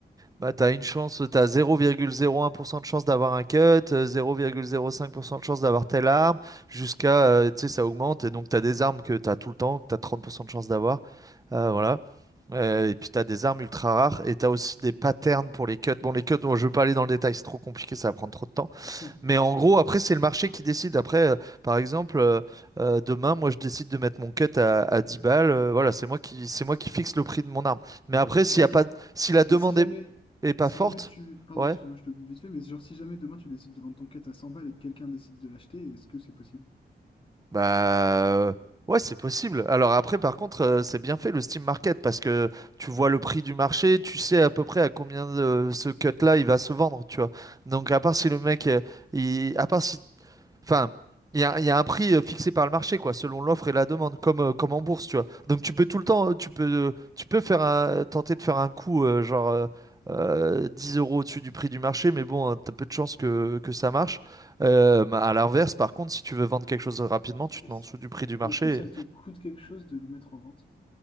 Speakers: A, on the right; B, on the left.
A: bah, t'as une chance, tu as 0,01% de chance d'avoir un cut, euh, 0,05% de chance d'avoir telle arme, jusqu'à, euh, tu sais, ça augmente. Et donc, tu as des armes que tu as tout le temps, que tu as 30% de chance d'avoir. Euh, voilà. Euh, et puis tu as des armes ultra rares et tu as aussi des patterns pour les cuts. Bon, les cuts, bon, je veux pas aller dans le détail, c'est trop compliqué, ça va prendre trop de temps.
B: <laughs>
A: Mais en gros, après, c'est le marché qui décide. Après, euh, par exemple, euh, euh, demain, moi, je décide de mettre mon cut à, à 10 balles. euh, voilà, c'est moi qui, c'est moi qui fixe le prix de mon arme. Mais après, s'il
B: D'accord.
A: y a pas, si la demande
B: Et si jamais,
A: est, est pas
B: si
A: forte,
B: jamais tu... Pardon,
A: ouais.
B: excuse-moi, je te coupe vite fait, mais genre si jamais demain tu décides de vendre ton quête à 100 balles et que quelqu'un décide de l'acheter, est-ce que c'est possible?
A: Bah euh, ouais, c'est possible. Alors après, par contre, euh, c'est bien fait le Steam Market parce que tu vois le prix du marché, tu sais à peu près à combien de ce cut-là il va se vendre, tu vois. Donc à part si le mec, euh, il... à part si Enfin, il y a, il y a un prix euh, fixé par le marché, quoi, selon l'offre et la demande, comme, euh, comme en bourse, tu vois. Donc tu peux tout le temps, euh, tu peux, euh, tu peux faire un- tenter de faire un coup, euh, genre euh, euh, 10 euros au-dessus du prix du marché, mais bon, tu t'as peu de chances que, que ça marche. Euh, bah, à l'inverse, par contre, si tu veux vendre quelque chose rapidement, tu
B: Est-ce
A: te mets en dessous du prix du marché.
B: est-ce que ça te coûte quelque chose de le mettre en vente?